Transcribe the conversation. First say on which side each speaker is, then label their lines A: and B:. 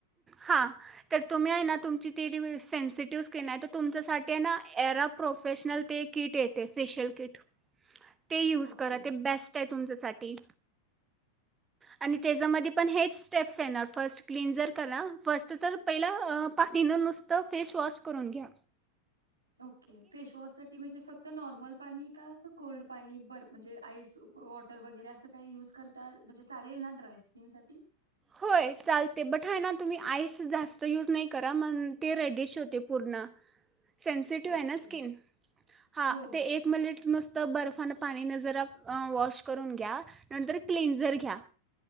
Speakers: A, on the right; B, on the right.
A: हां तर तुम्ही आहे ना तुमची ती सेन्सिटिव्ह स्किन आहे तर तुमच्यासाठी आहे ना एरा प्रोफेशनल ते किट येते फेशियल किट ते यूज
B: ओके.
A: करा ते बेस्ट आहेच, तुमच्यासाठी आणि त्याच्यामध्ये पण हेच स्टेप येणार फस्ट क्लीनजर करा. फस्ट तर पहिला <unintelligible> नुसत फेसवॉश करून घ्या.
B: ओके फेसवॉश साठी म्हणजे फक्त नॉर्मल पाणी का असं कोल्ड पाणी बर म्हणजे आईस वॉटर वगैरे असं काही युज करता म्हणजे चालेल ना ड्राय स्किन साठी?
A: होय चालते बट है ना तुम्ही आईस जास्त यूज नाही करा मण ते रेडिश होते पूर्ण सेनसिटिव
B: ओके.
A: आहे ना स्किन हां
B: हो.
A: ते एक मिलिट मस्त बर्फानं पाणीनं जरा आ वॉश करून घ्या नंतर क्लीनझर घ्या.